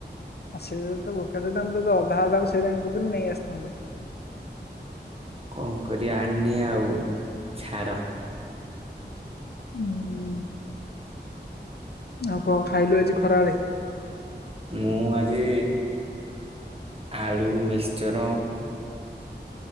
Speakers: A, on the left; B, on the right.
A: ଆ ସେ ତ ବୋକା ଚୋଦା ଅଧା ଅଧା ମୁଁ ତାକୁ ସେଇଥିପାଇଁ କହୁଥିଲି ନେଇ ଆସିଥାନ୍ତୁ।
B: କଣ କରିବା ଆଣିନି ଆଉ ଛାଡ।
A: ହୁଁ। ଆଉ କଣ ଖାଇଲୁ ଆଜି ଖରାବେଳେ?
B: ମୁଁ ଆଜି ଆଳୁ ମିକ୍ସଚର